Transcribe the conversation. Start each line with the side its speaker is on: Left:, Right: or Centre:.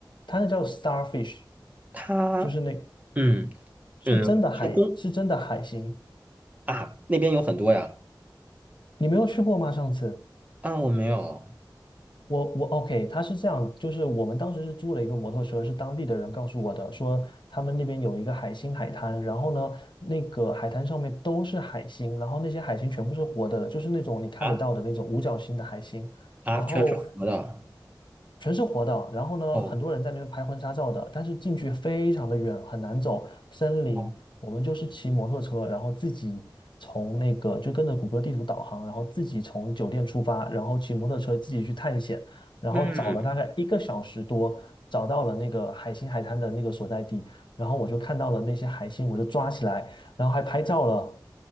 Left: 它那叫 starfish，
Right: 他，
Left: 就是那
Right: 嗯
Left: 是真的海是真的海星，
Right: 嗯是公。啊，那边有很多呀。
Left: 你没有去过吗？上次？
Right: 啊，我没有
Left: 我我 OK，他是这样，就是我们当时是租了一个摩托车，是当地的人告诉我的，说他们那边有一个海星海滩，然后呢，那个海滩上面都是海星，然后那些海星全部是活的，就是那种你看得到的那种五角星的海星，
Right: 啊啊，
Left: 然后
Right: 全是河的。
Left: 全是活的。然后呢，
Right: 哦，
Left: 很多人在那边拍婚纱照的，但是进去非常的远，很难走森林。
Right: 哦，
Left: 我们就是骑摩托车，然后自己从那个就跟着谷歌地图导航，然后自己从酒店出发，然后骑摩托车自己去探险，然后找了大概一个小时多，
Right: 嗯，
Left: 找到了那个海星海滩的那个所在地，然后我就看到了那些海星，我就抓起来，然后还拍照了。